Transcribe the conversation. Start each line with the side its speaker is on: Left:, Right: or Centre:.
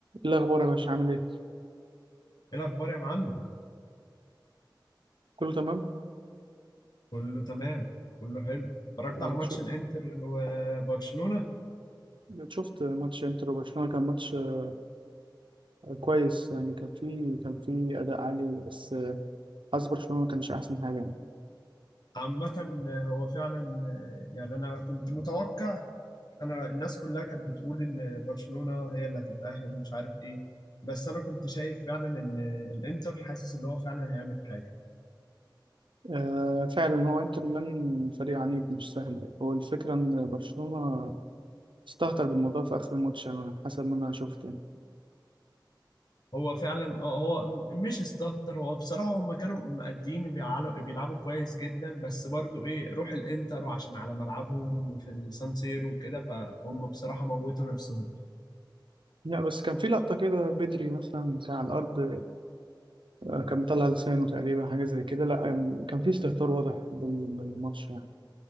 Right: إيه الأخبار يا باشا عامل إيه؟
Left: ايه الاخبار يا معلم
Right: كله تمام؟
Left: كله تمام كله حلو اتفرجت
Right: آه،
Left: على ماتش
Right: شو-
Left: الانتر وبرشلونة
Right: شفت ماتش إنتر وبرشلونة كان ماتش آه، كويس يعني كان فيه كان فيه أداء عالي بس آه، حظ برشلونة ما كانش أحسن حاجة يعني
Left: عامة هو فعلا يعني انا كنت متوقع انا الناس كلها كانت بتقول ان برشلونة هي اللي هتتأهل ومش عارف ايه بس انا كنت شايف فعلا ان الانتر حاسس ان هو فعلا هيعمل حاجة
Right: آه، فعلا هو إنتر ميلان فريق عنيد مش سهل هو الفكرة إن برشلونة استهتر بالموضوع في آخر الماتش على حسب ما أنا شفت يعني
Left: هو فعلا اه هو م- مش استهتر هو بصراحة هم كانوا مقدين وبيعلوا- بيلعبوا كويس جدا بس برضو ايه روح الانتر وعشان على ملعبهم في السان سيرو وكده فهم بصراحة موتوا نفسهم
Right: لا بس كان في لقطة كده بدري مثلا كان على الأرض آه، كان مطلع لسانه تقريبا حاجة زي كده لا آه، كان في استهتار واضح بال- بالماتش يعني